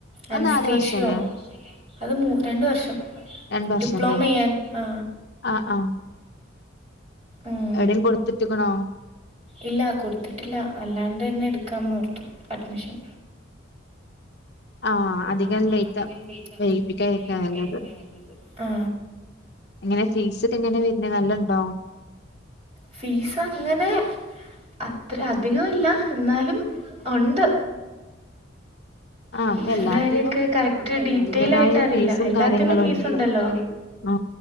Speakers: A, on the right; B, on the left.
A: അനസ്തേഷ്യോ
B: അത് നാല് വർഷല്ലേ
A: അത് മൂ രണ്ട് വർഷം
B: രണ്ട് വർഷല്ലേ
A: ഡിപ്ലോമ ചെയ്യാൻ ആ
B: ആ ആ
A: ഉം
B: എവിടേം കൊടുത്തിട്ട്ക്ക്ണോ
A: ഇല്ല കൊടുത്തിട്ടില്ല അല്ലാണ്ട് തന്നെ എട് ക്കാനോർത്ത് അഡ്മിഷൻ
B: ആ അധികം
A: ആ
B: ലേറ്റ്
A: അധികം ലേറ്റ്
B: വൈകിപ്പിക്കായിരിക്കാ
A: ലയിപ്പിക്കാതിരിക്ക
B: നല്ലത്
A: നല്ലത് ആ
B: എങ്ങനെ ഫീസ് ഒക്കെ എങ്ങനെ വരുന്ന നല്ല ഉണ്ടോ
A: ഫീസ് അങ്ങനെ അത്ര അധികം ഇല്ല എന്നാലും ഉണ്ട്
B: ആ
A: ഫീസിന്റെ
B: ഇപ്പ എല്ലാത്തിനും
A: കാര്യൊക്കെ കറക്റ്റ് ഡീറ്റെൽ
B: ഇതിന്റേതായ
A: ആയിട്ട് അറിയില്ല
B: ഫീസും
A: എല്ലാത്തിനും
B: കാര്യങ്ങളും
A: ഫീസ്
B: ഉണ്ട്
A: ഉണ്ടല്ലോ
B: ആ